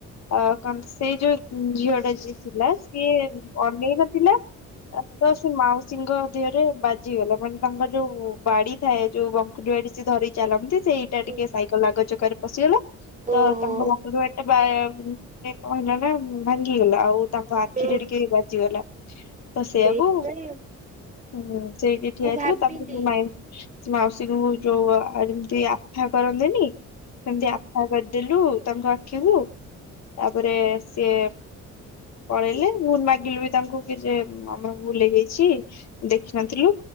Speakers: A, on the left; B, on the right.
A: ଅ କ ସେଇ ଯୋଉ ଝିଅ ଟା ଯିଏ ଥିଲା ସିଏ ଅନେଇ ନଥିଲା ତ ସେ ମାଉସୀ ସିଙ୍କ ଦେହରେ ବାଜିଗଲା ମାନେ ତାଙ୍କର ଯୋଉ ବାଡି ଥାଏ ଯୋଉ ବଙ୍କୁଡି ବାଡି ସେ ଧରି ଚାଲନ୍ତି। ସେ ଏଇଟା
B: ହୁଁ
A: ଟିକେ ସାଇକେଲ ଆଗ ଚକାରେ ପଶିଗଲା ତ
B: ଓହୋ
A: ତାଙ୍କ ବଙ୍କୁଡ଼ି ବାଡ଼ି ଟା ବା କଣହେଲା ନା ଭାଙ୍ଗିଗଲା ଆଉ ତାଙ୍କ ଆଖିରେ
B: ହୁଁ
A: ଟିକେ ବାଜିଗଲା। ତ ସେଇଆକୁ
B: ସେଇଥିପାଇଁ
A: ଉମ ସେଇଠି ଠିଆ
B: ମୁଁ
A: ହେଇଥିଲୁ
B: ଭାବିଲି
A: ତାପରେ ମା ମାଉସୀଙ୍କୁ ଯୋଉ ଆ ଯେମିତି ଆଫା କରନ୍ତିନି? ସେମତି ଆଫା କରିଦେଲୁ ତାଙ୍କ ଆଖିକୁ, ତାପରେ ସିଏ ପଳେଇଲେ ମୁଁ ମାଗିଲି ବି ତାଙ୍କୁ କି ଯେ ଆମର ଭୁଲ ହେଇ ଯାଇଛି ଦେଖିନଥିଲୁ।